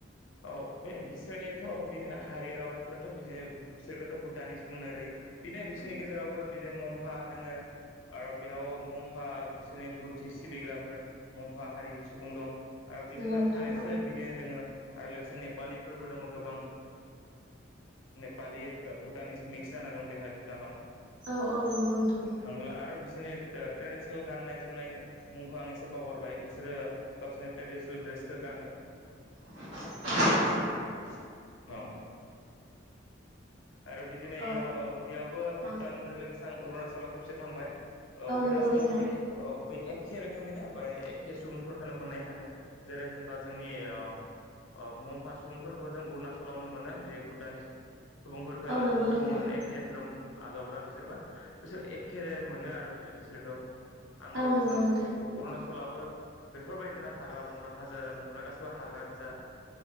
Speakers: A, on the left; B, on the right.
A: औ। बे बिसोरनियाथ' बिदिनो हारि राव होनबोब्लाथ' बि बिसोरखौथ' भुटानिस बुंनाय जायो बिनो बिसोर बिनि गेजेरावबो बिदिनो मम्फा दोङो आरो बेयाव मम्फा बिसोरनि बुद्धि सिबिग्राफोर मम्फा हारिनि सुबुं दं आरो बिदिनो
B: नंगौ नोंथां
A: खानैसो
B: औ
A: बिदिनो दङो आरो लोगोसे नेपालिफोरबो दङ' गोबां नेपालि ओ भुटानिस मिक्स जाना दं बेहाय भुटानाव
B: औ औ नंगौ नोंथां
A: थांब्ला आरो बिस बिसोरनि ओ ट्रेडिसनेल गाननाय जोमनाय मुंखौ आं एसे बावहारबाय बिसोरो गावसोरनि ट्रेडिसनेल द्रेस सखो गानो।
B: नंगौ नोंथां
A: औ। आरो बिदिनो
B: औ
A: इयाव ओ बेयावबो भुटानजो
B: औ
A: लोगोसे आं अरुणाचलाव खेब से थांबाय ओ अरुणाचलावबो
B: नंगौ नोंथां
A: ए अ बे एखे रोखोमनिनो फ्राय एखे सुबुंफोरखोनो मोननाय थाङो जेरै होनबा जोंनि अ अ मम्फा सुबुंफोरखौबो जों अरुणा- सलावनो मोनो बे भुटानिस सुबुंफोरखो
B: औ नंगौ नोंथां औ नंगौ
A: सुबुंङआ
B: नोंथां
A: होन एखे धोरोम आजावग्रा बिसोरबो। बिसोर एखेे मोनो आरो बिसोरखौ आंबो
B: औ नंगौ
A: उरुणाचल-अरुणाचल
B: नोंथां
A: लाबो बेफोरबायदिनो हाग्रा-बंग्रा, हाजो-हाला, बुंफुनाय गासिबो हाग्रा गोजा।